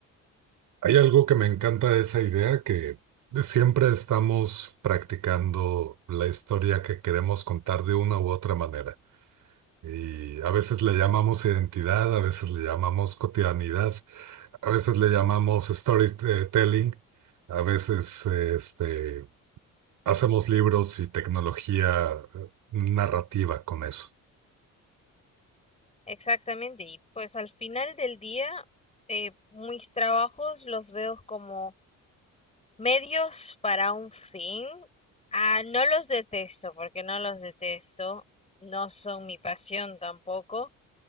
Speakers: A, on the right; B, on the left.
A: Hay algo que me encanta de esa idea, que siempre estamos practicando la historia que queremos contar de una u otra manera. Y a veces le llamamos identidad, a veces le llamamos cotidianidad, a veces le llamamos storytelling, a veces este, hacemos libros y tecnología eh, narrativa con eso.
B: Exactamente, y pues al final del día, eh, mis trabajos los veo como medios para un fin. Ah, no los detesto, porque no los detesto, no son mi pasión tampoco